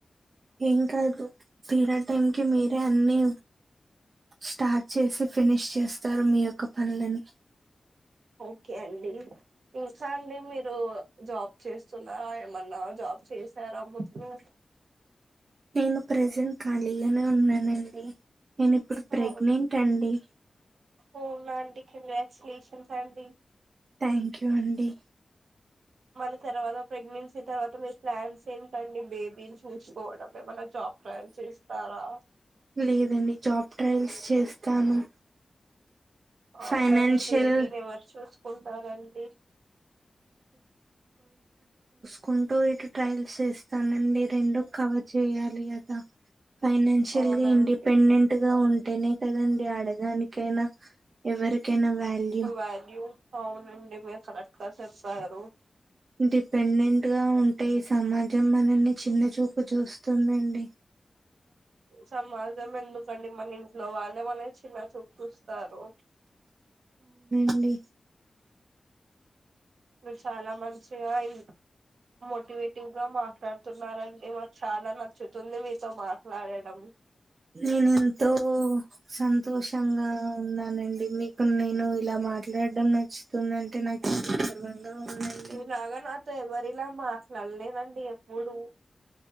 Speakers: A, on the right; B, on the right.
A: ఏం కాదు మీరా టైంకిి మీరే అన్ని స్టార్ట్ చేసి ఫినిష్ చేస్తారు మీ యొక్క పనులని.
B: ఓకే అండి ఇంకా అండి మీరు జాబ్ చేస్తున్నారా ఏమన్నా జాబ్ చేసారా ముందు
A: నేను ప్రెజెంట్ ఖాళీగానే ఉన్నానండి నేను ఇప్పుడు ప్రెగ్నెంట్
B: అవును
A: అండి
B: అవునా అండి కంగ్రాచులేషన్స్ అండి
A: థ్యాంక్ యూ అండి
B: మల్లి తర్వాత ప్రెగ్నెన్సీ తర్వాత మీ ప్లాన్స్ ఏంటండి బేబీని చూసుకోవడం ఏమైనా జాబ్ ట్రయిల్ చేస్తారా
A: లేదండి జాబ్ ట్రయల్స్ చేస్తాను
B: ఆ
A: ఫైనాన్షియల్
B: మరి బేబీని ఎవరు చూసుకుంటారు ఉంటారండి
A: కుంటూ ఇటు ట్రయల్స్ చేస్తానండి రెండు కవర్ చేయాలి కదా ఫైనాన్షియల్
B: అవునండి
A: గా ఇండిపెండెంట్ గా ఉంటేనే కదండి ఆడదానికైనా ఎవరికైనా ఎవరికైనా వ్యాల్యూ
B: వాల్యూ అవునండి మీరు కరెక్ట్గా చెప్పారు
A: ఇండిపెండెంట్ గా ఉంటే ఈ సమాజం మనల్ని చిన్న చూపు చూస్తుందండి
B: సమాజం ఎందుకండి మన ఇంట్లో వాళ్ళు <unintelligible> వాళ్ళని చిన్మచూపు చూస్తారు
A: డి
B: మీరు చాలా మంచిగా ఇ మోటివేటివ్ గా మాట్లాడుతున్నారండి. మాకు చాలా నచ్చుతుంది మీతో మాట్లాడడం.
A: నేను ఎంతో సంతోషంగా ఉన్నానండి మీ కు నేను ఇలా మాట్లాడడం నచ్చుతుంది అంటే నాకు గర్వంగా ఉందండి
B: మీ లాగా నా తో ఎవరిలా మాట్లాడలేదండి ఎప్పుడు